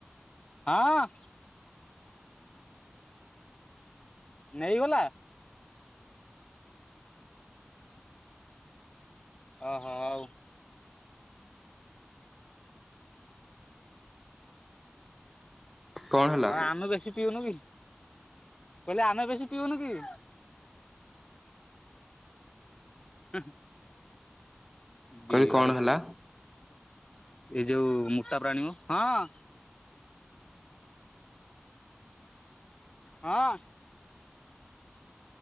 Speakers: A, on the left; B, in the centre.
A: ହଁ। ନେଇଗଲା? ହଁ ହଁ ଆଉ।
B: କଣ ହେଲା
A: ହଁ ଆମେ ବେଶୀ ପିଉନୁ କି, କହିଲେ ଆମେ ବେଶୀ ପିଉନୁ କି? ହୁଁ।
B: କହିଲି
A: ବିୟର
B: କଣ ହେଲା
A: ପିଉ। ଏଇ ଯୋଉ ମୋଟା ପ୍ରାଣୀମ ହଁ। ହଁ।